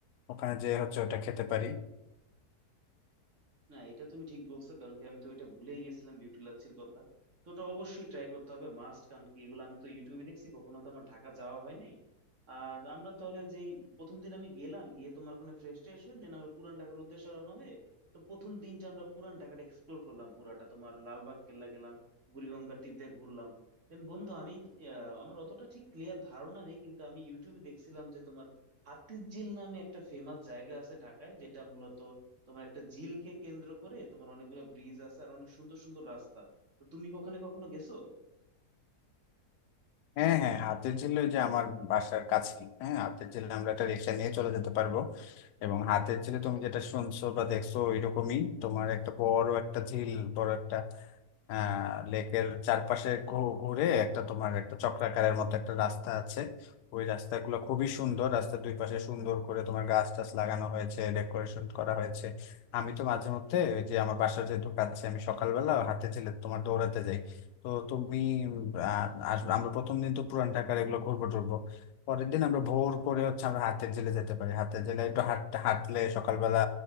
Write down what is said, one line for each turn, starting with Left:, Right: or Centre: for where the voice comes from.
Left: ওখানে যে হচ্ছে ওটা খেতে পারি
Right: না এটা তুমি ঠিক বলছো কারণ কি আমি তো এটা ভুলেই গেছিলাম বিউটি লাচ্ছির কথা তো ওটা অবশ্যই ট্রাই করতে হবে মাস্ট কারণ কি এগুলো আমি তো ইউটিউবে দেখছি কখনো তো আমার ঢাকা যাওয়া হয় নাই আর আমরা তাহলে যে প্রথম দিন আমি গেলাম গিয়ে তোমার ওখানে ফ্রেশ ট্রেশ হয়ে দেন আমরা পুরান ঢাকার উদ্দেশ্যে রওনা হয়ে তো প্রথম দিনটা আমরা পুরান ঢাকাটা এক্সপ্লোর করলাম পুরাটা তোমার লালবাগ কেল্লা গেলাম বুড়িগঙ্গার তীর দিয়ে ঘুরলাম দেন বন্ধু আমি তো, আহ, আমার অতটা ঠিক ক্লিয়ার ধারণা নেই কিন্তু আমি ইউটিউবে দেখছিলাম যে তোমার হাতির ঝিল নামে একটা ফেমাস জায়গা আছে ঢাকায় যেটা মূলত তোমার একটা ঝিলকে কেন্দ্র করে তোমার অনেকগুলো ব্রিজ আছে আর অনেক সুন্দর সুন্দর রাস্তা তো তুমি কি ওখানে কখনো গেছো
Left: হ্যাঁ হ্যাঁ হাতের ঝিল ওই যে আমার বাসার কাছেই হ্যাঁ হাতের ঝিল আমরা একটা রিক্সা নিয়ে চলে যেতে পারবো এবং হাতের ঝিলে তুমি যেটা শুনছো বা দেখছো ওইরকমই তোমার একটা বড় একটা ঝিল বড় একটা আহ লেকের চারপাশে ঘু- ঘুরে একটা তোমার একটা চক্রাকারের মতো একটা রাস্তা আছে ওই রাস্তাগুলো খুবই সুন্দর রাস্তার দুই পাশে সুন্দর করে তোমার গাছ টাছ লাগানো হয়েছে ডেকোরেশন করা হয়েছে আমি তো মাঝে মধ্যে ওই যে আমার বাসার যেহেতু কাছে আমি সকালবেলা হাঁটতে গেলে তোমার দৌড়াতে যাই তো তুমি উম, আহ, আসবে আমরা প্রথম দিন তো পুরান ঢাকার এগুলো ঘুরবো টুরবো পরের দিন আমরা ভোর করে হচ্ছে আমরা হাতের জেলে যেতে পারি হাতের জেলে একটু হাঁটতে হাঁটলে সকালবেলা